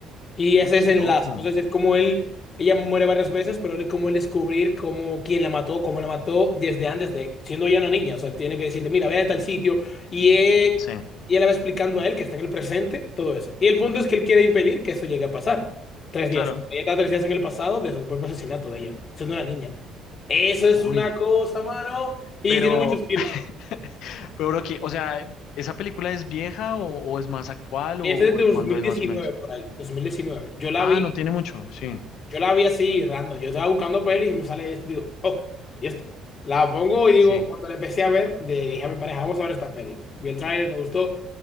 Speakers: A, on the left; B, on the left.
A: Y ese
B: Uy, qué
A: es el
B: loco.
A: enlace. Entonces, es como él, ella muere varias veces, pero él como él descubrir cómo, quién la mató, cómo la mató desde antes de, siendo ya una niña. O sea, él tiene que decirle, mira, ve a tal sitio. Y él,
B: Sí,
A: y él le va explicando a él que está en el presente, todo eso. Y el punto es que él quiere impedir que eso llegue a pasar. Tres días.
B: claro.
A: Ella está tres días en el pasado de el propio asesinato de ella, siendo una niña. Eso es
B: Uy,
A: una cosa, mano. Y
B: pero,
A: tiene muchos giros.
B: <laughs> pero bro, que, o sea, ¿esa película es vieja o, o es más actual o,
A: Esa
B: o
A: es de
B: de
A: 2019
B: cuándo es más o menos?
A: por ahí, 2019. Yo la
B: Ah,
A: vi,
B: no tiene mucho, sí,
A: yo la vi así random. Yo estaba buscando pelis y me sale esto, digo, oh, y esto. La pongo y digo,
B: sí,
A: cuando la empecé a ver, de- dije a mi pareja, vamos a ver esta peli. Vi el tráiler, me gustó.